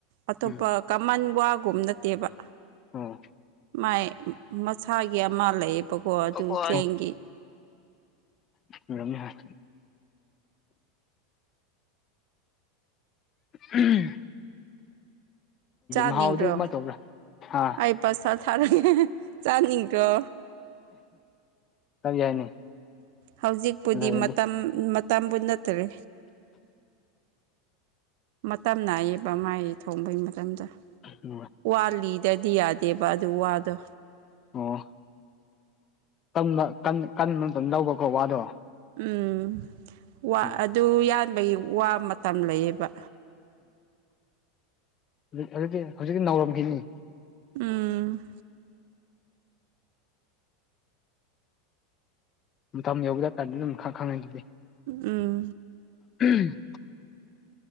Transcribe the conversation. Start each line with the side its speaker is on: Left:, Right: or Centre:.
Right: ꯑꯇꯣꯞꯄ
Left: ꯎꯝ
Right: ꯀꯃꯟ ꯋꯥꯒꯨꯝ ꯅꯠꯇꯦꯕ
Left: ꯑꯣ
Right: ꯃꯥꯏ ꯃꯁꯥꯒꯤ ꯑꯃ ꯂꯩꯌꯦꯕꯀꯣ ꯑꯗꯨ
Left: ꯑꯣ
Right: ꯆꯦꯡꯒꯤ
Left: ꯑꯣꯏꯔꯝꯅꯤ ꯍꯣꯏ ꯎꯝ
Right: ꯆꯥꯅꯤꯡꯗ꯭ꯔꯣ
Left: ꯃꯍꯥꯎꯗꯤ ꯀꯃꯥꯏꯅ ꯇꯧꯕ꯭ꯔꯥ ꯑꯥ
Right: ꯑꯩ ꯄꯥꯔꯁꯦꯜ ꯊꯥꯔꯛꯒꯦ ꯆꯥꯅꯤꯡꯗ꯭ꯔꯣ
Left: ꯆꯥꯕ ꯌꯥꯏꯅꯦ
Right: ꯍꯧꯖꯤꯛꯄꯨꯗꯤ
Left: ꯂꯩꯔꯗꯤ
Right: ꯃꯇꯝ ꯃꯇꯝꯕꯨ ꯅꯠꯇꯔꯦ ꯃꯇꯝ ꯅꯥꯏꯌꯦꯕ ꯃꯥꯏ ꯊꯣꯡꯕꯩ ꯃꯇꯝꯗ
Left: ꯃ
Right: ꯋꯥꯂꯤꯗꯗꯤ ꯌꯥꯗꯦꯕ ꯑꯗꯨ ꯋꯥꯗꯣ
Left: ꯑꯣ ꯀꯟꯕ ꯀꯟꯕ ꯃꯇꯝ ꯂꯧꯕꯀꯣ ꯋꯥꯗꯣ
Right: ꯎꯝ ꯋꯥ
Left: ꯎꯝ
Right: ꯑꯗꯨ ꯌꯥꯟꯕꯒꯤ ꯋꯥ ꯃꯇꯝ ꯂꯩꯌꯦꯕ
Left: ꯍꯧꯖꯤꯛꯇꯗꯤ ꯍꯧꯖꯤꯛꯇꯛꯤ ꯅꯥꯎꯔꯝꯈꯤꯅꯤ
Right: ꯎꯝ
Left: ꯃꯇꯝ ꯌꯧꯕ ꯗꯔꯀꯥꯟꯗ ꯑꯗꯨꯝ ꯈꯪꯉ ꯑꯗꯨꯗꯤ
Right: ꯎꯝ
Left: ꯎꯝ